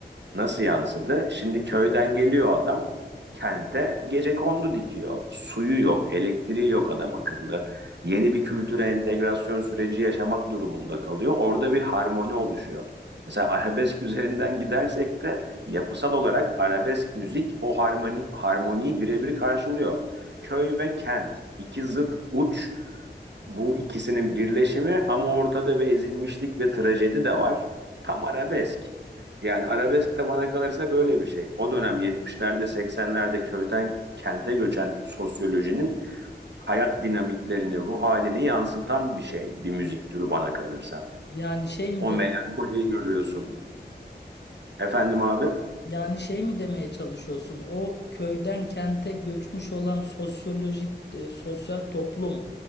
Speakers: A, on the right; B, on the left.
A: Nasıl yansıdı? Şimdi köyden geliyor adam kente gecekondu dikiyor. Suyu yok, elektriği yok adam akıllı. Yeni bir kültüre entegrasyon süreci yaşamak durumunda kalıyor. Orada bir harmoni oluşuyor. Mesela arabesk üzerinden gidersek de yapısal olarak arabesk müzik o harmoni harmoniyi birebir karşılıyor. Köy ve kent iki zıt uç bu ikisinin birleşimi ama ortada bir ezilmişlik ve trajedi de var. Tam arabesk. Yani arabesk de bana kalırsa böyle bir şey. O dönem 70'lerde 80'lerde köyden kente göçen sosyolojinin hayat dinamiklerini, ruh halini yansıtan bir şey, bir müzik türü bana kalırsa.
B: Yani şey mi
A: O
B: demek?
A: melankoliyi görüyorsun. Efendim abi?
B: Yani şey mi demeye çalışıyorsun? O köyden kente göçmüş olan sosyolojik, e, sosyal toplum,